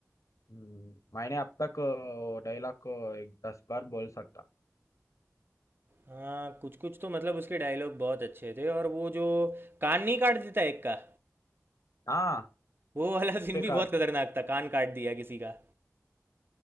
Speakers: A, on the left; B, on the right.
A: हम्म, मैंने अब तक अ, डायलॉग को एक दस बार बोल सकता
B: हाँ कुछ कुछ तो मतलब उसके डायलॉग बहुत अच्छे थे और वो जो कान नहीं काट देता एक का
A: हाँ
B: वो वाला
A: उस
B: सीन
A: पे
B: भी बहुत
A: कर
B: खतरनाक था कान काट दिया किसी का